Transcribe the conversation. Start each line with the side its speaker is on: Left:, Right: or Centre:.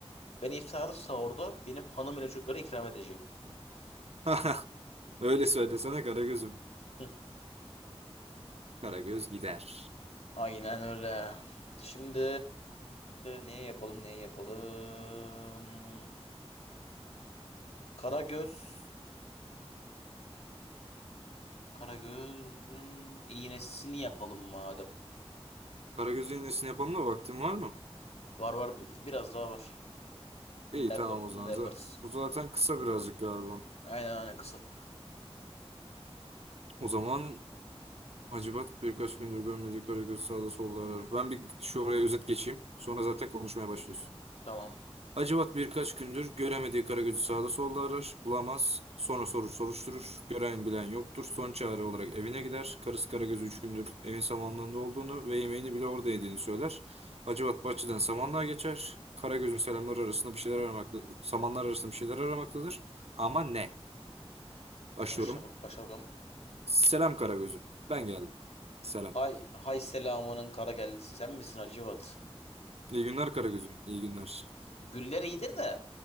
Left: Ben iftarı sahurda benim hanım ile çocuklara ikram edeceğim.
Right: <laughs> Öyle söylesene Karagöz'üm.
Left: <laughs>
Right: Karagöz gider.
Left: Aynen öyle. Şimdi neyi yapalım neyi yapalım? Karagöz. Karagöz'ün iğnesini yapalım madem.
Right: Karagöz'ün iğnesini yapalım da vaktin var mı?
Left: Var var bi- biraz daha var.
Right: İyi
Left: Bunu da yapar,
Right: tamam o
Left: bunu
Right: zaman.
Left: da yaparız.
Right: za- Bu zaten kısa birazcık galiba.
Left: Aynen aynen kısa.
Right: O zaman Hacivat birkaç gündür görmediği Karagöz sağda solda arar. Ben bir şu oraya özet geçeyim. Sonra zaten konuşmaya başlıyorsun.
Left: Tamam.
Right: Hacivat birkaç gündür göremediği Karagöz'ü sağda solda arar. Bulamaz. Sonra sorur soruşturur. Gören bilen yoktur. Son çare olarak evine gider. Karısı Karagöz'ü üç gündür evin samanlığında olduğunu ve yemeğini bile orada yediğini söyler. Hacivat bahçeden samanlığa geçer. Karagöz'ün selamları arasında bir şeyler aramaktadır. Samanlar arasında bir şeyler aramaktadır. Ama ne? Başlıyorum.
Left: Başla bak başa bakalım.
Right: Selam Karagöz'üm. Ben geldim. Selam.
Left: Hay hay selamının kara kellesi sen misin Hacivat?
Right: İyi günler Karagözüm. İyi günler.
Left: Güller iyidir de